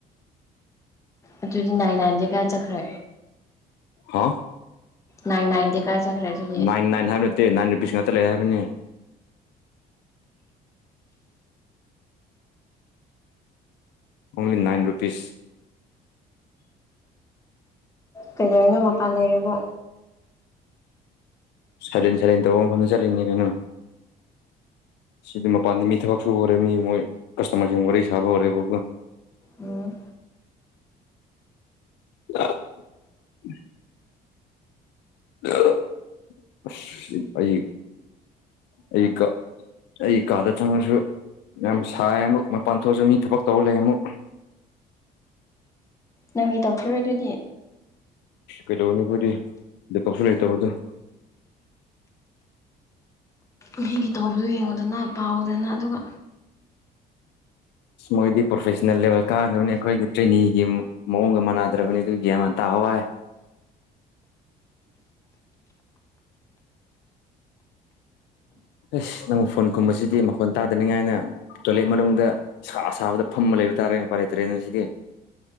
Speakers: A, on the left; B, on the left.
A: ꯑꯗꯨꯗꯤ ꯅꯥꯏ ꯅꯥꯏꯟꯗꯤ ꯀꯔꯥꯏ ꯆꯠꯈ꯭ꯔꯦ
B: ꯍꯥ
A: ꯅꯥꯏꯟ ꯅꯥꯏꯟ ꯥꯀꯗꯥꯏ ꯆꯠꯈ꯭ꯔꯦ ꯑꯗꯨꯗꯤ
B: ꯅꯥꯏꯟ ꯅꯥꯏꯟ ꯍꯥꯏꯕ ꯅꯠꯇꯦ ꯅꯥꯏ ꯔꯨꯄꯤꯁ ꯉꯥꯛꯇ ꯂꯩ ꯍꯥꯏꯕꯅꯤ ꯑꯣꯡꯂꯤ ꯅꯥꯏꯟ ꯔꯨꯄꯤꯁ
A: ꯀꯩꯗꯧꯔꯤꯅꯣ ꯃꯄꯥꯟ ꯂꯩꯔꯤꯕꯣ
B: ꯁꯥꯏꯂꯦꯟ ꯁꯥꯏꯂꯦꯟ ꯇꯧꯕ ꯃꯐꯝꯗ ꯆꯠꯂꯤꯅꯤ ꯀꯩꯅꯣ ꯁꯤꯗꯤ ꯃꯄꯥꯟꯗ ꯃꯤ ꯊꯕꯛ ꯁꯨꯕꯔꯦ ꯃꯤ ꯃꯣꯏ ꯀꯁꯇꯃꯔꯁꯤꯡ ꯋꯥꯔꯤ ꯁꯥꯕ ꯍꯧꯔꯦꯕ
A: ꯎꯝ
B: <unintelligible> <unintelligible> ꯑꯩ ꯑꯩ <unintelligible> ꯑꯩ ꯀꯥꯗ ꯆꯪꯉꯁꯨ ꯌꯥꯝ ꯁꯥꯏ ꯑꯃꯨꯛ ꯃꯄꯥꯟ ꯊꯣꯛꯑꯁꯨ ꯃꯤ ꯊꯕꯛ ꯇꯧ ꯂꯩ ꯑꯃꯨꯛ
A: ꯅꯪꯒꯤ ꯇꯧꯈꯤꯔꯣꯏ ꯑꯗꯨꯗꯤ
B: ꯀꯩꯗꯧꯅꯤ ꯑꯩꯈꯣꯏꯗꯤ ꯂꯦꯞꯂꯣꯛꯁꯨ ꯂꯩꯇꯕꯗꯨ
A: ꯃꯤꯒꯤ ꯇꯧꯕꯗꯨ ꯌꯦꯡꯉꯣꯗꯅ ꯄꯥꯎꯗꯅ ꯑꯗꯨꯒ
B: ꯃꯣꯏꯗꯤ ꯄ꯭ꯔꯣꯐꯦꯁꯅꯦꯜ ꯂꯦꯕꯦꯜ ꯀꯥꯈ꯭ꯔꯕꯅꯤ ꯑꯩꯈꯣꯏꯗꯤ ꯇ꯭ꯔꯦꯅꯤꯒꯤ ꯑꯃꯨꯛ ꯃꯑꯣꯡꯒ ꯃꯥꯟꯅꯗ꯭ꯔꯕꯅꯤ ꯑꯗꯨꯒꯤ꯭ꯌꯥꯃ ꯇꯥꯋꯥꯏ ꯑꯁ ꯅꯪ ꯐꯣꯟ ꯀꯨꯝꯕꯁꯤꯗꯤ ꯃꯈꯣꯟ ꯇꯥꯗꯅꯤꯡꯉꯥꯏꯅ ꯇꯣꯏꯂꯦꯠ ꯃꯅꯨꯡꯗꯥ ꯑꯁꯥ ꯁꯥꯕꯗ ꯐꯝꯃ ꯂꯩꯕ ꯇꯥꯔꯦꯅ ꯑꯄꯥꯏ ꯂꯩꯇ꯭ꯔꯦꯅ ꯁꯤꯗꯤ